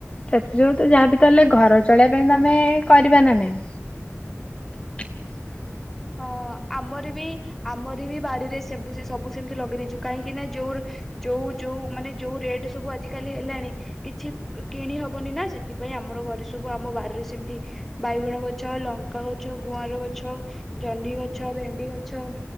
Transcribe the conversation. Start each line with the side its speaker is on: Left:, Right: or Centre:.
Left: ସେଥିଯୋଗୁ ତ ଯାହାବି ତାହଲେ ଘର ଚଳେଇବା ପାଇଁ ତମେ କରିବା ନା ନାହିଁ? <inaudible>
Centre: ହଁ ଆମର ବି ଆମର ବି ବାଡିରେ ସେବୁ ସବୁ ସେମିତି ଲଗେଇ ଦେଇଛୁ କାହିଁକିନା ଯୋଉ ଯୋଉ ଯୋଉ ମାନେ ଯୋଉ ରେଟ ସବୁ ଆଜିିକାଲି ହେଲାଣି। କିଛି କିଣି ହବନି ନା ସେଥିପାଇଁ ଆମର ଘରେ ସବୁ ଆମ ବାରରେ ସେମିତି ବାଇଗଣ ଗଛ, ଲଙ୍କା ଗଛ, ଗୁଆର ଗଛ, ଜହ୍ନି ଗଛ, ଭେଣ୍ଡି ଗଛ।